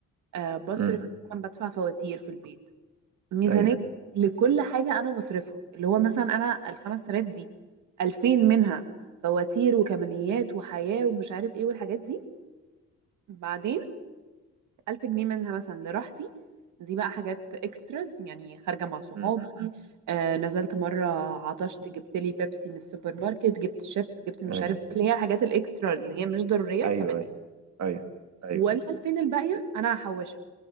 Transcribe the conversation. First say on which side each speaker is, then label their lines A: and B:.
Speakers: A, on the right; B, on the right.
A: آه، بصرف
B: امم
A: مثلا بدفع فواتير في البيت ميزانية
B: ايوه
A: لكل حاجة أنا بصرفها اللي هو مثلا أنا الخمس تلاف دي ألفين منها فواتير وكماليات وحياة ومش عارف إيه والحاجات دي بعدين ألف جنيه منها مثلا لراحتي دي بقى حاجات اكستراز يعني خارجة مع صحابي
B: امم
A: آه نزلت مرة عطشت جبت لي بيبسي من السوبر ماركت جبت شيبس جبت مش
B: ايوه
A: عارف إيه، اللي هي الحاجات الاكسترا اللي هي مش ضرورية
B: ايوه
A: كمان
B: ايوه ايوه ايوه
A: والألفين الباقية أنا هحوشها